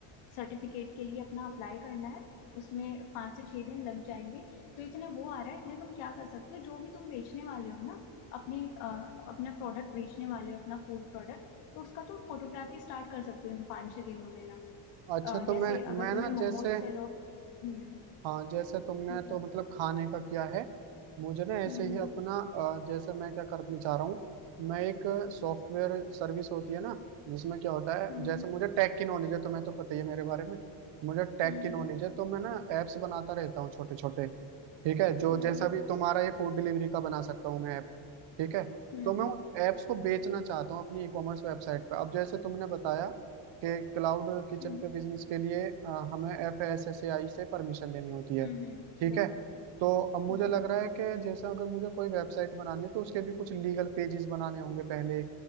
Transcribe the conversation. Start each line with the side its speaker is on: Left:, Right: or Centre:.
Left: सर्टिफिकेट के लिए अपना अप्लाई करना है उसमें पाँच से छह दिन लग जाएंगे तो इतने वो आ रहा है इतने तुम क्या कर सकते हो जो भी तुम बेचने वाले हो ना अपनी अ, अपना प्रोडक्ट बेचने वाले हो अपना फूड प्रोडक्ट तो उसका तुम फोटोग्राफी स्टार्ट कर सकते हो इन पाँच छह दिनों में ना
Right: अच्छा
Left: अ,
Right: तो
Left: जैसे
Right: मैं
Left: अगर
Right: मैं
Left: तुम्हें
Right: ना
Left: मोमोज
Right: जैसे
Left: से लोग हम्म
Right: हाँ जैसे तुमने
Left: बताओ
Right: तो मतलब खाने का किया है मुझे ना ऐसे
Left: हम्म
Right: ही अपना अ, जैसे मैं क्या करना चाह रहा हूँ मैं एक सॉफ्टवेयर सर्विस होती है ना जिसमें क्या होता है
Left: हम्म
Right: जैसे मुझे टेक की नॉलेज है तुम्हें तो पता ही है मेरे बारे में मुझे टेक
Left: हम्म
Right: की नॉलेज
Left: हम्म
Right: है तो मैं ना एप्स बनाता रहता हूँ छोटे छोटे ठीक है जो
Left: हम्म हम्म
Right: जैसा
Left: हम्म
Right: भी तुम्हारा ये फूड डिलीवरी का बना सकता हूँ मैं ऐप ठीक है
Left: हम्म
Right: तो मैं
Left: हम्म
Right: उन ऐप्स को बेचना चाहता हूँ अपनी ई कॉमर्स वेबसाइट पर अब जैसे तुमने बताया के क्लाउड किचन
Left: हम्म,
Right: के बिजनेस के लिए अ, हमें एफ एस एस ए आई से परमिशन लेनी होती है
Left: हम्म, हम्म,
Right: ठीक
Left: बिल्कुल
Right: है
Left: हम्म
Right: तो अब मुझे लग
Left: हम्म
Right: रहा है कि जैसा अगर मुझे कोई वेबसाइट बनानी है तो उसके भी कुछ लीगल पेजेस बनाने होंगे पहले